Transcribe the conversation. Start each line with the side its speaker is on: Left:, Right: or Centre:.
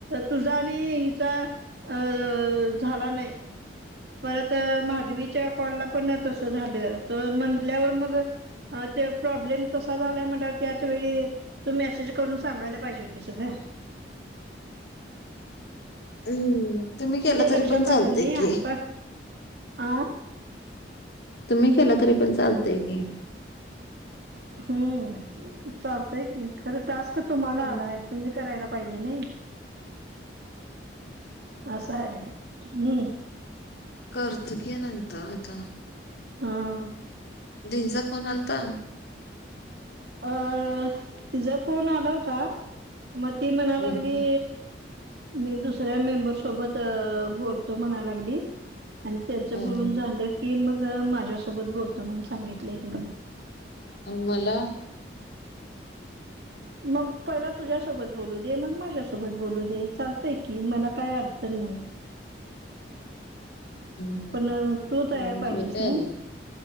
Right: तुझा आणि हिचा अ झाला नाही. परत माधवीच्या कॉल ला पण तसं झालं, तर म्हटल्यावर मग अ ते प्रॉब्लेम तसा झालाय म्हणल्यावर त्याच वेळी तू मेसेज करून सांगायला पाहिजे होतीस ग.
Left: हम्म. तुम्ही केलं
Right: ते
Left: तरी
Right: लक्षात
Left: पण चालतय
Right: आल नाही,
Left: की
Right: आत्ता आ?
Left: तुम्ही केलं तरी पण चालतय की.
Right: हम्म चालतय की खरं टास्क तुम्हाला
Left: हम्म
Right: आलाय. तुम्ही करायला पाहिजे नाही, असं हाय. हम्म.
Left: करतो की नंतर आता.
Right: हां.
Left: दिदीचा फोन आलता.
Right: अ तिचा फोन आला होता मग ती म्हणा लागली
Left: हम्म
Right: मी दुसऱ्या मेंबर सोबत बोलतो म्हणा लागली. आणि त्यांचं
Left: हम्म
Right: बोलून झालं की मग माझ्यासोबत बोलतो म्हणून सांगितलंय तिनं.
Left: आन मला
Right: मग पहिला तुझ्यासोबत बोलू दे, मग माझ्यासोबत बोलू दे, चालतंय की, मला काय अडचण नाही.
Left: हम्म
Right: पण तू तयार पाहिजेस
Left: झोप यायली
Right: नाही,